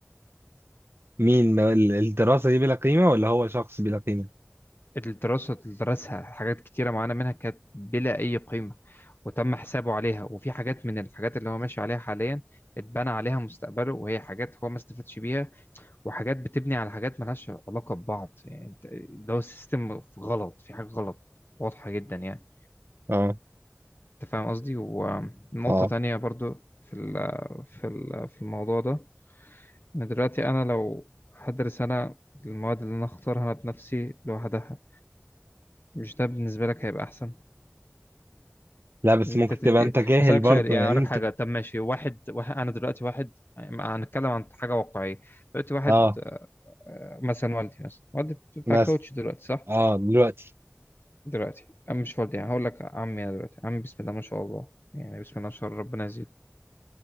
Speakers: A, on the right; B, on the left.
A: مين ما- ال- الدراسة دي بلا قيمة ولا هو شخص بلا قيمة
B: الدراسه اللي درسها حاجات كتيره معانا منها كانت بلا اي قيمه وتم حسابه عليها وفي حاجات من الحاجات اللي هو ماشي عليها حاليا اتبنى عليها مستقبله وهي حاجات هو ما استفادش بيها وحاجات بتبني على حاجات ملهاش علاقه ببعض يعني ده هو سيستم غلط في حاجه غلط واضحه جدا يعني
A: اه
B: انت فاهم قصدي ونقطة
A: اه
B: تانية برضو في ال- في ال- في الموضوع ده ان دلوقتي انا لو هدرس انا المواد اللي انا اختارها انا بنفسي لوحدها مش ده بالنسبة لك هيبقى احسن
A: لا بس
B: ان
A: ممكن
B: انت تدي
A: تبقى انت جاهل
B: اسالك
A: برضه
B: سؤال يعني
A: يعني
B: اقول
A: انت
B: لك حاجة طب ماشي واحد, واحد انا دلوقتي واحد هنتكلم عن حاجة واقعية دلوقتي واحد
A: اه
B: آه، مثلا والدي مثلا والدي بتاع
A: مثلا
B: كاوتش دلوقتي صح
A: اه دلوقتي
B: دلوقتي أم مش والدي يعني هقول لك عمي انا دلوقتي عمي بسم الله ما شاء الله يعني بسم الله ما شاء الله ربنا يزيد